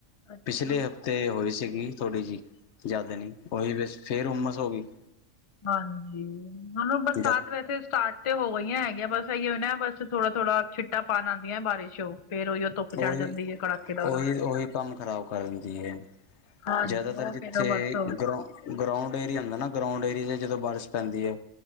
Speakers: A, on the left; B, on the left.
A: ਅੱਛਾ
B: ਪਿਛਲੇ ਤੇ ਹੋਈ ਸੀਗੀ ਥੋੜੀ ਜਿਹੀ ਜਦ ਨ ਉਹੀ ਬ ਫੇਰ ਉਮਸ ਹੋ ਗਈ
A: ਹਾਂਜੀ ਹੁਣ ਬਰਸਾਤ
B: ਜਦ
A: ਵੈਸੇ ਸਟਾਰਟ ਤੇ ਹੋ ਗਈਆਂ ਹੈਗੀਆਂ, ਬਸ ਇਓ ਨਾ ਬਸ ਥੋੜਾ ਥੋੜਾ ਛਿੱਟਾ ਪਾਉਣ ਆਉਂਦੀਆਂ ਬਾਰਿਸ਼ ਉਹ ਫੇਰ ਉਹੀ ਧੁੱਪ ਚੜ
B: ਉਹੀ
A: ਜਾਂਦੀ ਹੈ ਕੜਾਕੇਦਾਰ
B: ਉਹੀ ਉਹੀ ਕੰਮ ਖਰਾਬ ਕਰਨ ਦੀ ਹੈ।
A: ਹਾਂਜੀ
B: ਜ਼ਿਆਦਾਤਰ
A: ਉਹ
B: ਜਿੱਥੇ
A: ਫੇਰ ਬਸ
B: ਗਰੋਂ ਗਰਾਉਂਡ ਏਰੀਆ ਹੁੰਦਾ ਨਾ, ਗਰਾਉਂਡ ਏਰੀਆ ਚ ਜਦੋਂ ਬਾਰਿਸ਼ ਪੈਂਦੀ ਹੈ